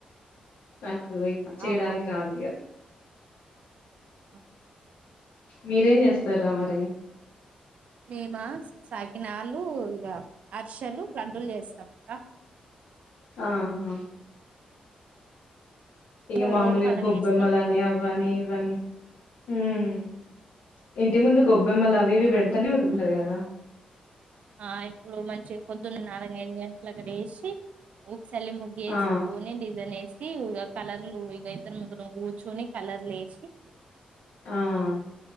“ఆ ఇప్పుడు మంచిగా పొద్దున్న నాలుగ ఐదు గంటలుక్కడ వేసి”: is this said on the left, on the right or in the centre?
Right